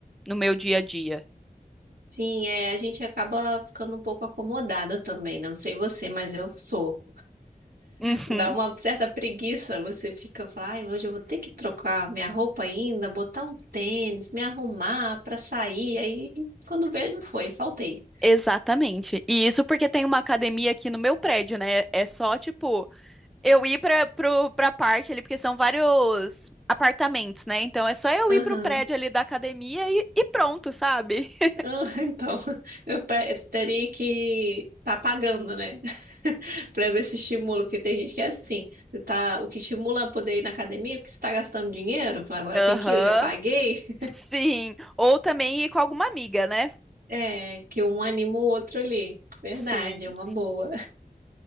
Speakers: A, in the centre; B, on the right.
A: no meu dia a dia.
B: Sim, é, a gente acaba ficando um pouco acomodada também, né? Não sei você, mas eu sou.
A: Uhum.
B: Dá uma certa preguiça, você fica, fala, ai, hoje eu vou ter que trocar minha roupa ainda, botar um tênis, me arrumar pra sair. Aí, quando veio, não foi, faltei.
A: Exatamente. E isso porque tem uma academia aqui no meu prédio, né? É só, tipo, eu ir pra, pro, pra parte ali, porque são vários apartamentos, né? Então é só eu
B: Aham,
A: ir pro prédio ali da academia e, e pronto, sabe? <laughs>
B: Ah, <laughs> então, eu pe- teria que tá pagando, né? <laughs> Pra ver se estimula, porque tem gente que é assim, você tá, o que estimula a poder ir na academia é porque você tá gastando dinheiro, fala, agora
A: Aham.
B: tem que ir, eu já paguei. <laughs>
A: Sim. Ou também ir com alguma amiga, né?
B: É, que um anima o outro ali. Verdade,
A: Sim.
B: é uma boa.